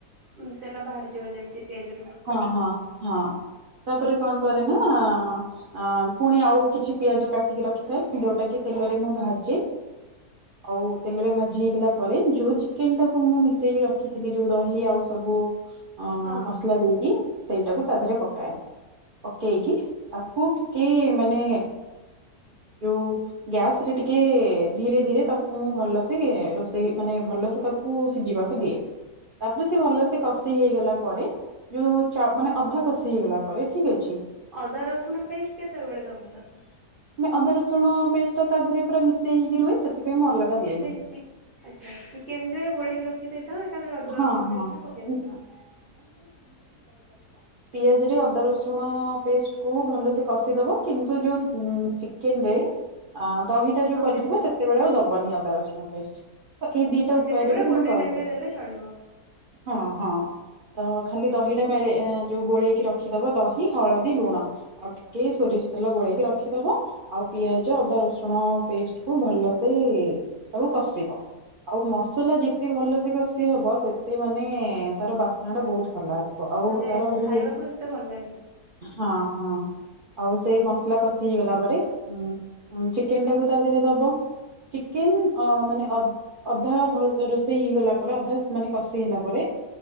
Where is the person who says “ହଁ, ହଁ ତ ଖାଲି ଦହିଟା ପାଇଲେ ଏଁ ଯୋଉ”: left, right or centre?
Right